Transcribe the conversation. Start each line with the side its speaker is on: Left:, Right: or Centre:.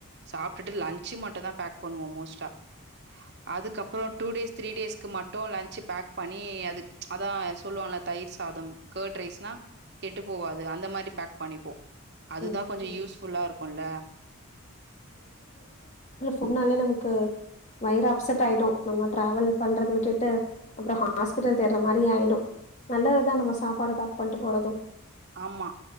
Right: சாப்டுட்டு லச்சு மட்டும்தா பேக் பண்ணுவோம் மோஸ்டா அதுக்கப்புறம் டூ டேஸ் தீரி டேஸ்க்கு மட்டு லன்சு பேக் பண்ணி அது அதான் சொல்லுவா தயிர் சாதம் கர்ட் ரைஸ்னா கெட்டு போவாது அந்த மாதிரி பேக் பண்ணிப்போம் அதுதான்
Left: ஓகே.
Right: கொஞ்சொ யூஸ்ஃபுல்லா இருக் குள்ள
Left: முன்னால நமக்கு வயிறு அப்செட் ஆயிடும் நம்ம ட்ராவல் பண்றத விட்டுட்டு அப்பறம் ஹாஸ்பிட்டல் தேடுற மாரி ஆயிடும் நல்லதுதா நம்ம சாப்பாட பேக் பண்ணிட்டு போறதும்
Right: ஆமா